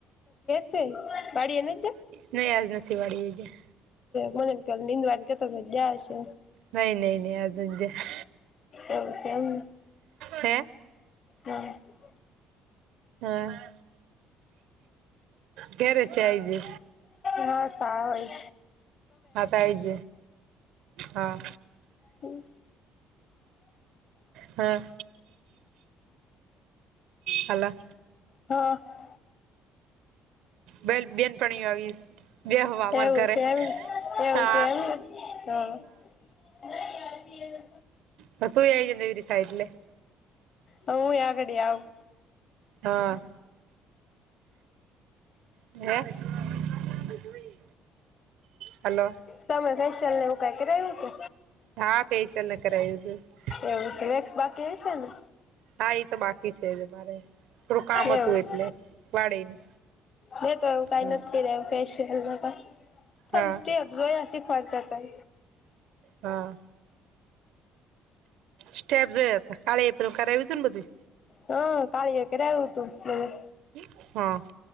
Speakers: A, on the left; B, on the right.
A: શે બાડીએ નથ જાવ.
B: નહીં આજ નથી વાળીએ ગ્યા.
A: મને એમ કે નિંદવા કેતા તા તો ગયા હશે.
B: નઈ નઈ નઈ આજ નથ ગ્યા.
A: એવું શે એમને?
B: હે
A: હા
B: હા. ઘેરે જ છે હજુ.
A: ના તાય.
B: હા તો એ જ હા.
A: હમ્મ.
B: હા. હાલા.
A: હ.
B: બેલ બેનપણીઓ આવીશ. બે હવા અમાર
A: એવું
B: ઘરે
A: છે એમ એવું
B: હા
A: છે એમ ને હમ્મ. ચાય પી આવ્યા ને?
B: હ તું એવી ને એની સાઈડ લે.
A: હવ હું ય આગડી આવું.
B: હા. હે હલો.
A: તમે ફેશિયલ ને એવું કંઈ કે
B: હા ફેશિયલ ને કરાયું હતું
A: એવું છે વેકસ બાકી હસે ને.
B: હા એ તો બાકી છે જ મારે. થોડું કામ
A: એવું
B: હતું એટલે
A: હ
B: વાળીને
A: હ કયુ કાઈ
B: હમ
A: નથી કરાવ્યું. સ્પેશિલ ન ફલ
B: હા
A: અ જોય અી <unintelligible> ફરતા હતા
B: હા સ્ટેપ જોયા હતા કાળી એપેરું કરાવ હતું ને બધું.
A: હા કાળ કે્યારે આવ્યું હતું મ <unintelligible>
B: હ.